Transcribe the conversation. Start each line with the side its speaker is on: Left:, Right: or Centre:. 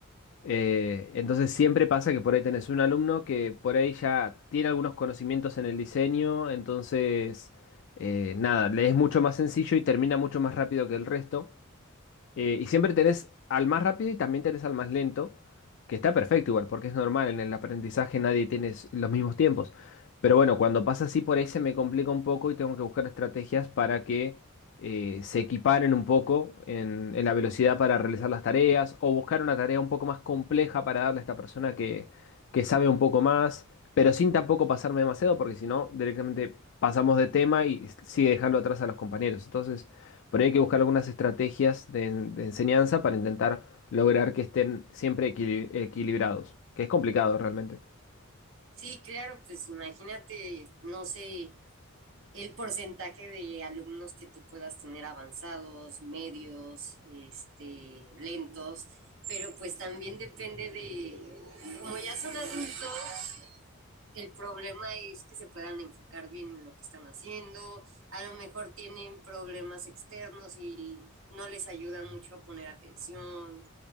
Left: Eh, entonces siempre pasa que por ahí tenés un alumno que por ahí ya tiene algunos conocimientos en el diseño, entonces eh, nada, le es mucho más sencillo y termina mucho más rápido que el resto. Eh, y siempre tenés al más rápido y también tenés al más lento, que está perfecto igual, porque es normal, en el aprendizaje nadie tiene s- los mismos tiempos. Pero bueno, cuando pasa así por ahí se me complica un poco y tengo que buscar estrategias para que eh, se equiparen un poco en, en la velocidad para realizar las tareas o buscar una tarea un poco más compleja para darle a esta persona que sabe un poco más, pero sin tampoco pasarme demasiado, porque si no, directamente pasamos de tema y sigue dejando atrás a los compañeros. Entonces, por ahí hay que buscar algunas estrategias de, de enseñanza para intentar lograr que estén siempre equili- equilibrados, que es complicado realmente.
Right: Sí, claro, pues imagínate, no sé, el porcentaje de alumnos que tú puedas tener avanzados, medios, este, lentos, pero pues también depende de, como ya son adultos, el problema es que se puedan enfocar bien en lo que están haciendo. A lo mejor tienen problemas externos y no les ayuda mucho a poner atención.